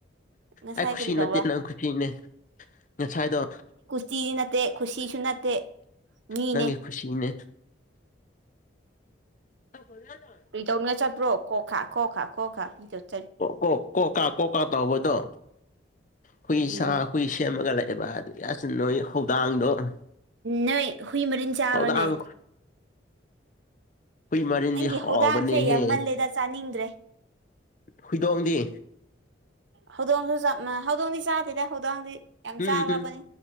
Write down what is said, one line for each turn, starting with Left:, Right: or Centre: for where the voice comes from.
Right: ꯉꯁꯥꯏ
Left: ꯑꯩ ꯈꯨꯁꯤ
Right: ꯀꯔꯤ
Left: ꯅꯠꯇꯦ
Right: ꯇꯧꯕ꯭ꯔꯥ
Left: ꯅꯪ ꯈꯨꯁꯤꯅꯦ ꯉꯁꯥꯏꯗꯣ
Right: ꯆꯤ ꯅꯠꯇꯦ ꯈꯨꯁꯤꯁꯨ ꯅꯠꯇꯦ ꯃꯤꯅꯦ
Left: ꯅꯪꯒꯤ ꯈꯨꯁꯤ ꯏꯅꯦ ꯍꯖꯗ
Right: ꯀ꯭ꯔꯤꯇꯧꯅ ꯆꯠꯄ꯭ꯔꯣ ꯈꯣ ꯈꯥ ꯈꯣ ꯈꯥ ꯈꯣ ꯈꯥ ꯀꯔꯤꯇ
Left: ꯀꯣ ꯀꯣꯀꯥ ꯀꯣꯀꯥ ꯇꯥꯎꯕꯗꯣ ꯍꯨꯏ
Right: ꯎꯝ
Left: ꯁꯥ ꯑꯩꯣꯏꯁ ꯑꯃ ꯀ ꯑꯦꯕ ꯍꯥꯏꯗꯤ ꯌꯥꯁꯤ ꯅꯣꯏ ꯍꯧꯗꯥꯡꯗꯣ ꯑ
Right: ꯅꯣꯏ ꯍꯨꯏ ꯃꯔꯤꯟ ꯆꯥꯕ꯭ꯔꯅꯦ
Left: ꯍꯧꯧꯗꯥꯡ ꯃꯔꯤꯟꯗꯤ
Right: ꯅꯪꯒꯤ
Left: ꯍꯥꯎꯕꯅꯦꯍꯦ
Right: ꯍꯧꯧꯗꯥꯡꯁꯦ ꯌꯥꯝꯃꯜꯂꯦꯗ ꯆꯥꯅꯤꯡꯗ꯭ꯔꯦ
Left: ꯍꯨꯏꯗꯣꯡꯗꯤ
Right: ꯍꯧꯗꯣꯡꯁꯨ ꯆ ꯍꯧꯗꯣꯡꯗꯤ ꯆꯥꯗꯦꯗ ꯍꯧꯗꯣꯡꯗꯤ ꯌꯥꯝ
Left: ꯎꯝ
Right: ꯆꯥꯈ꯭ꯔꯕꯅꯤ
Left: ꯎꯝ